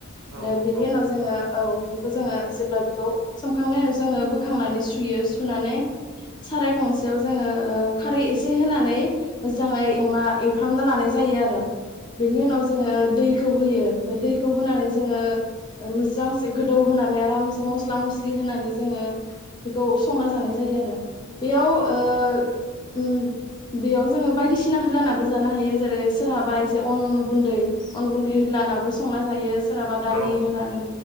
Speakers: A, on the left; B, on the right.
A: आरो
B: औ नंगौ
A: बिनि उनाव जोङो औ बेखौ जोङो जेब्ला बेखौ सोमखांनाय उनाव जोङो बोखांनानै सुयो सुनानै साराय गंसेयाव जोङो खारै एसे होनानै मोजाङै एवना एवफ्रामना लानाय जायो आरो बेनि उनाव जोङो दैखौ होयो बेमफ्राय दैखौ होनानै जोङो मोजांसे गोदौ होनानै आरामसे मस्ला मस्लि होनानै जोङो बेखौ संना जानाय जायो आरो बेयाव
B: औ
A: ओ
B: नंगौ
A: उमबेयाव जोङो बायदिसिना ह्लानाबो जानो हायो जेरै सोरहाबा एसे अन गुन्दै अन गुन्दै होल्लानाबो संना जायो सोरहाबा दालि
B: औ
A: होनानै